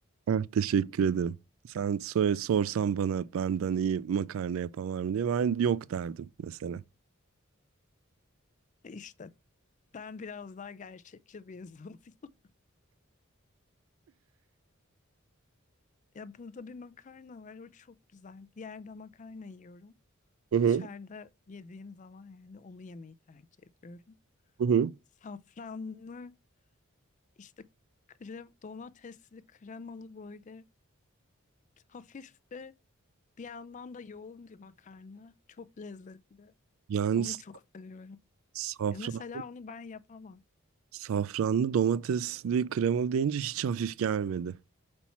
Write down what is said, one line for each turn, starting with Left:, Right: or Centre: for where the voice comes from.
Right: Ah, teşekkür ederim. Sen söyle, sorsan bana benden iyi makarna yapan var mı diye ben yok derdim mesela.
Left: İşte ben biraz daha gerçekçi bir insanım. <laughs> Ya burada bir makarna var, o çok güzel. Bir yerde makarna yiyorum.
Right: Hı hı.
Left: Dışarıda yediğim zaman yani onu yemeyi tercih ediyorum.
Right: Hı hı.
Left: Safranlı, işte krem, domatesli, kremalı böyle hafif de bir yandan da yoğun bir makarna. Çok lezzetli.
Right: Yani
Left: Onu
Right: s-
Left: çok seviyorum.
Right: safran,
Left: E mesela onu ben yapamam.
Right: safranlı domatesli kremalı deyince hiç hafif gelmedi.